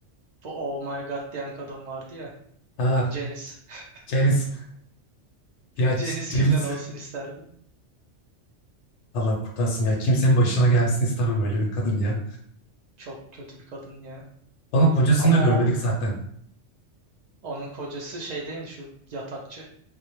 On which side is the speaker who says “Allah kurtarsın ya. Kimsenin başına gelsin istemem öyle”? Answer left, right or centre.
Left